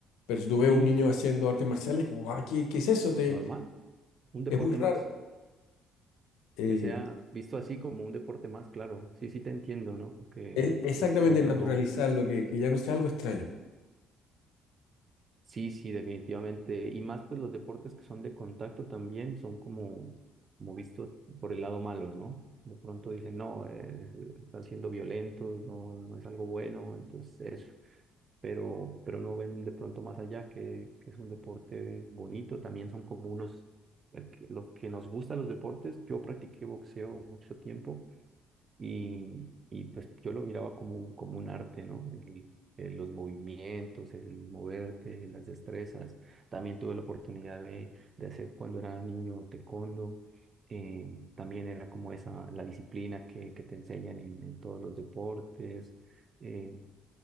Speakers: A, on the left (about 85°); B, on the right (about 35°).
A: pero si tú ves
B: Sí,
A: un niño
B: sí,
A: haciendo artes marciales, como, ah, ¿qué, qué es eso? Te-
B: normal, un deporte
A: es muy raro.
B: más,
A: Eh,
B: que sea visto así como un deporte más, claro. Sí, sí te entiendo, ¿no? Que,
A: es exactamente
B: que de pronto
A: naturalizarlo,
B: no.
A: que, que ya no sea algo extraño.
B: Sí, sí, definitivamente. Y más pues los deportes que son de contacto también son como, como vistos por el lado malo, ¿no? De pronto dicen, no, eh, están siendo violentos, no, no es algo bueno, entonces eso. Pero, pero no ven de pronto más allá que, que es un deporte bonito. También son como unos, el que- los que nos gustan los deportes. Yo practiqué boxeo mucho tiempo y, y pues yo lo miraba como, un- como un arte, ¿no? El, el- los movimientos, el moverte, las destrezas. También tuve la oportunidad de, de hacer cuando era niño taekwondo. Eh, también era como esa, la disciplina que, que te enseñan en, en todos los deportes. Eh,